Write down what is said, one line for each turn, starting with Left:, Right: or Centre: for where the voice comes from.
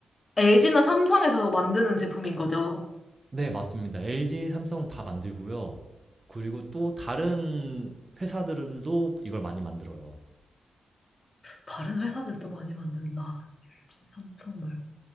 Left: LG나 삼성에서 만드는 제품인 거죠?
Right: 네, 맞습니다. LG, 삼성 다 만들고요. 그리고 또 다른 회사들도 이걸 많이 만들어요.
Left: 다른 회사들도 많이 만든다. LG, 삼성 말고.